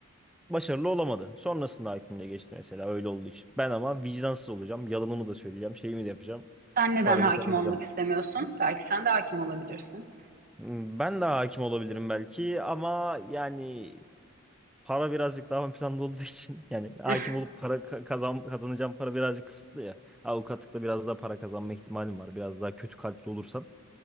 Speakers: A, in the centre; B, on the right (about 45°).
A: Başarılı olamadı. Sonrasında hakimliğe geçti mesela öyle olduğu için. Ben ama vicdansız olacağım. Yalanımı da söyleyeceğim. Şeyimi de yapacağım.
B: Sen neden
A: Paramı
B: hakim
A: kazanacağım
B: olmak istemiyorsun?
A: ben.
B: Belki sen de hakim olabilirsin.
A: Hmm, Ben de hakim olabilirim belki ama yani para birazcık daha ön planda olduğu için <laughs> yani hakim
B: <laughs>
A: olup para ka- kazan kazanacağım para birazcık kısıtlı ya. Avukatlıkta biraz daha para kazanma ihtimalim var. Biraz daha kötü kalpli olursam.